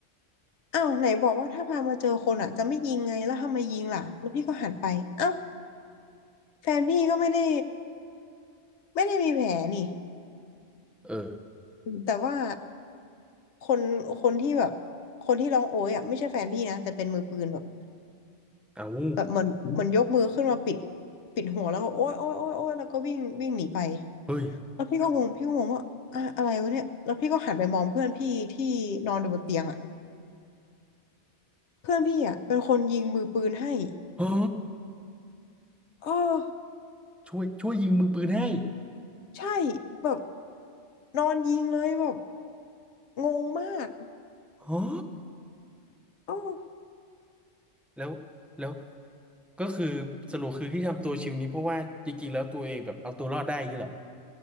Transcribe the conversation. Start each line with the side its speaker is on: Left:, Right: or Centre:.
Left: อ้าวไหนบอกว่าถ้าพามาเจอคนอ่ะจะไม่ยิงไงแล้วทำไมยิงล่ะแล้วพี่ก็หันไปอ้าวแฟนพี่ก็ไม่ได้ไม่ได้มีแผลนี่
Centre: เออ
Left: อืมแต่ว่าคนคนที่แบบคนที่ร้องโอ๊ยอ่ะไม่ใช่แฟนพี่นะแต่เป็นมือปืนแบบ
Centre: เอา
Left: แบบเหมือนอืเหมมือนยกมือขึ้นมาปิดปิดหัวแล้วก็โอ๊ยโอ๊ยโอ๊ยโอ๊ยแล้วก็วิ่งวิ่งหนีไป
Centre: เฮ้ย
Left: แล้วพี่ก็งงพี่ก็งงว่าอะอะไรวะเนี่ยแล้วพี่ก็หันไปมองเพื่อนพี่ที่นอนอยู่บนเตียงอ่ะเพื่อนพี่อ่ะเป็นคนยิงมือปืนให้
Centre: ฮะ
Left: เออ
Centre: ช่วยช่วยยิงมือปืนให้
Left: ใช่แบบนอนยิงเลยแบบงงมาก
Centre: ฮะ
Left: เออ
Centre: แล้วแล้วก็คือสรุปคือที่ทำตัวชิลนี้เพราะว่าจริงๆแล้วตัวเองแบบเอาตัวรอดได้อย่างนี้เหรอ